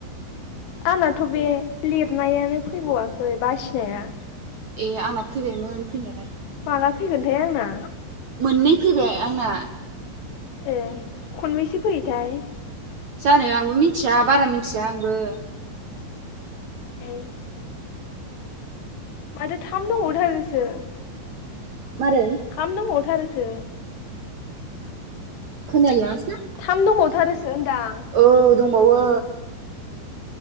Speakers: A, on the left; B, on the right.
A: आंनाथ' बे लिरनायानो फैबावाखै बासिनाया
B: ए आंना फैबायमोन फैनायालाय।
A: माला फैगोनथाय आंना?
B: मोननै फैबाय आंना।
A: ए खननबैसे फैयोथाय?
B: जानो आंबो मिथिया बारा मिथिया आंबो।
A: ए माथो थाम दंबावथारोसो
B: मारै
A: थाम दंबावथारोसो।
B: खोनालाय लांङासैलां।
A: थाम दंबावथारोसो होनदां।
B: औ दंबावो।